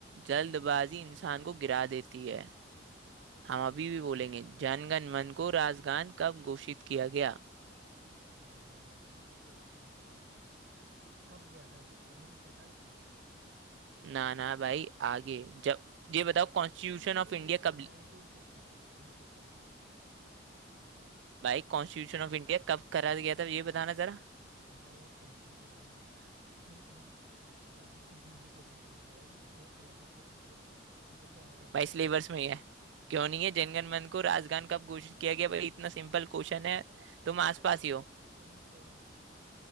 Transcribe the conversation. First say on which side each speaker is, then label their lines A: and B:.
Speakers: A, on the right; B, on the right.
A: जल्दबाजी इंसान को गिरा देती है
B: अ,
A: हम अभी भी बोलेंगे
B: गलत
A: जनगण
B: है
A: मन को राष्ट्रगान कब घोषित किया गया
B: अ, यार मुझे तो 1948 याद है कब गया था वैसे 1947 में
A: ना ना भाई आगे जब ये बताओ कॉन्स्टिट्यूशन
B: Nineteen
A: ऑफ इंडिया
B: fifty one
A: कब
B: nineteen fifty one उन्नीस सौ इक्यावन
A: भाई कॉन्स्टिट्यूशन ऑफ इंडिया कब करा गया था ये बताना जरा
B: भाई यार कंफ्यूज हो रहा हूँ <laughs> क्यों इतने इजी इजी क्वेश्चन पूछ रहे हो भाई ये थोड़ा सिलेबस में पूछो ये सब तो आएगा
A: भाई
B: भी नहीं
A: सिलेबस में ही है क्यों नहीं है जनगण मन को राजगान कब घोषित किया गया भाई इतना सिंपल क्वेश्चन है
B: अच्छा उन्नीस
A: तुम आसपास
B: सौ उनचास
A: ही हो
B: उन्नीस सौ उनचास